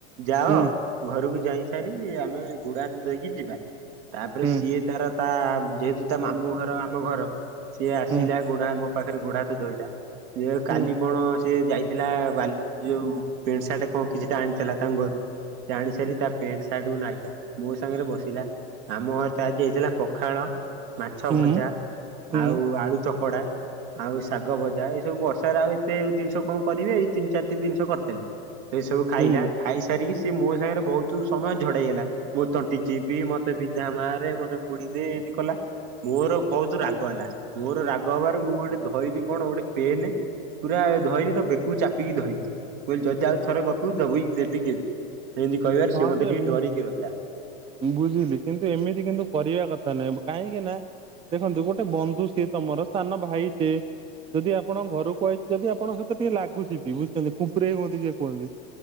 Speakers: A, on the right; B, on the right.
A: ଯାଅ
B: ହୁଁ
A: ଘରକୁ ଯାଇ ସାରି ଆମେ ଗୁଡହାତୁ ଧୋଇକି ଯିବା, ତାପରେ
B: ହୁଁ
A: ସିଏ ତାର ତା ଯେହେତୁ ତା ମାମୁଁ ଘର ଆମ ଘର ସିଏ ଆସିଲା
B: ହୁଁ
A: ଗୋଡ ହା ମୋ ପାଖରେ ଗୋଡହାତ ଧୋଇଲା। ଇଏ କାଲି
B: ହୁଁ
A: କଣ ସିଏ ଯାଇ ଥିଲା ବାଲି ଯୋଉ ପେଣ୍ଟ୍ ସାର୍ଟ୍ କଣ କିଛିଟା ଆଣିଥିଲା ତାଙ୍କ ଘରୁ। ସେ ଆଣି ସାରି ତା ପ୍ୟାଣ୍ଟ୍ ସାର୍ଟ୍ କୁ ନାଇଲା ମୋ ସାଙ୍ଗରେ ବସିଲା। ଆମ ଘରେ ତ ଆଜି ହେଇଥିଲା ପଖାଳ, ମାଛ
B: ହୁଁ
A: ଭଜା
B: ହୁଁ
A: ଆଉ ଆଳୁ ଚକଡା। ଆଉ ଶାଗ ଭଜା ଏଇ ସବୁ ବର୍ଷାରେ ଆଉ ଏତେ ଜିନିଷ କଣ କରିବେ, ଏଇ ତିନି ଚାରି ଏତେ ଜିନିଷ କରିଥିଲେ, ସେ ସବୁ ଖାଇଲା
B: ବୁଝିଲେ
A: ଖାଇସାରିକି ସେ ମୋ ସାଙ୍ଗରେ ବହୁତୁ ସମୟ ଝଡେଇହେଲା। ମୋ ତଣ୍ଟି ଚିପି ମତେ ବିଧା ମା ରେ ମତେ ମୁଡିଦେ ଏମିତି କଲା। ମୋର ବହୁତ ରାଗ ହେଲା ମୋର ରାଗ ହବାରୁ ମୁଁ ଗୋଟେ ଧଇଲିି କଣ ଗୋଟେ ପେନ୍ ପୁରା ଧଇଲି ତା ବେକୁ ଚାପିକି ଧଇଲିି। ମୁଁ କହିଲି ଯଦି ଆଉ ଥରେ ଗପିବୁ ଦବେଇକି ଦେବି ଗେବି ଏମିତି କହିବାରୁ
B: ହଁ
A: ସେ ମୋତେ
B: ଯେ
A: ଟିକେ
B: ମୁଁ
A: ଡରିକି ରହିଲା।
B: ବୁଝିଲି କିନ୍ତୁ ଏମିତି କିନ୍ତୁ କରିବା କଥା ନୁହେଁ କାହିଁକି ନା ଦେଖନ୍ତୁ ଗୋଟେ ବନ୍ଧୁ ସିଏ ତମର ସାନ ଭାଇଟେ। ଯଦି ଆପଣ ଘରକୁୁ ଆଇଚି ଯଦି ଆପଣଙ୍କ ସହିତ ଟିକେ ଲାଗୁଚି ବି ବୁଝୁଚନ୍ତି ଖୁମ୍ପୁରେଇ ହୁଅନ୍ତି ଯିଏ କୁହନ୍ତି।